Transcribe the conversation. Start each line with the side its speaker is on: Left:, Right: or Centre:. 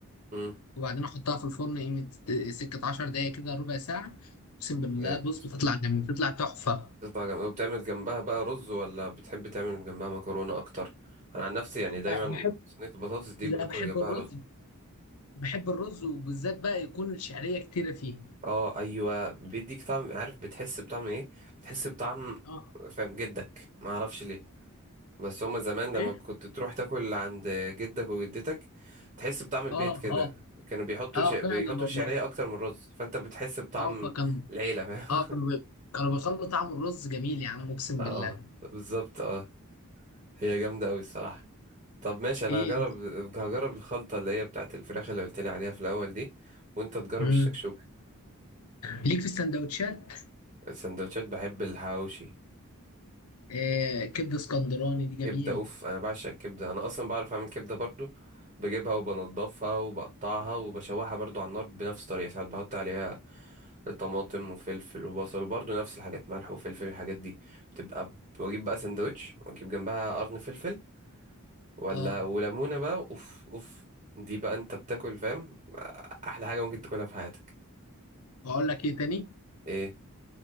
Right: مم.
Left: وبعدين احطها في الفرن قيمه آه، سكه 10 دقايق كده ربع ساعه اقسم بالله
Right: جامد
Left: بص بتطلع جميل بتطلع تحفه
Right: بتطلع جامد وبتعمل جنبها بقى رز ولا بتحب تعمل جنبها مكرونة أكتر؟ أنا عن نفسي يعني
Left: لا
Right: دايما
Left: بحب
Right: صينية البطاطس دي
Left: لا
Right: باكل
Left: بحب
Right: جنبها
Left: الرز
Right: رز
Left: بحب الرز وبالذات بقى يكون الشعرية كتيرة فيه
Right: اه ايوه بيديك طعم عارف بتحس بطعم ايه بتحس بطعم
Left: اه
Right: فاهم جدك ما اعرفش ليه بس هما زمان
Left: ايه
Right: لما كنت تروح تاكل عند جدك وجدتك تحس بطعم البيت
Left: اه
Right: كده
Left: اه
Right: كانوا بيحطوا
Left: اه
Right: ش... بيحطوا
Left: فعلا والله
Right: الشعريه اكتر من الرز فانت بتحس بطعم
Left: اه فكان
Right: العيله فاهم
Left: اه كانوا بي... كانوا بيخلوا طعم الرز جميل يا عم
Right: <laughs>
Left: اقسم
Right: اه
Left: بالله
Right: بالظبط اه هي جامده قوي الصراحه طب ماشي انا
Left: ايه
Right: هجرب
Left: انت؟
Right: هجرب الخلطه اللي هي بتاعت الفراخ اللي قلت لي عليها في الاول دي وانت تجرب
Left: مم.
Right: الشكشوك
Left: ليك في السندوتشات
Right: السندوتشات بحب الحواوشي
Left: آه كبدة اسكندراني دي جميل
Right: كبدة اوف انا بعشق الكبدة انا اصلا بعرف اعمل كبدة برضو بجيبها وبنضفها وبقطعها وبشوحها برضو على النار بنفس الطريقة ساعات بحط عليها طماطم وفلفل وبصل وبرضو نفس الحاجات ملح وفلفل الحاجات دي بتبقى ب- واجيب بقى سندوتش واجيب جنبها قرن فلفل ولا
Left: اه
Right: وليمونة بقى اوف اوف دي بقى انت بتاكل فاهم احلى حاجة ممكن تاكلها في حياتك
Left: واقول لك ايه تاني
Right: ايه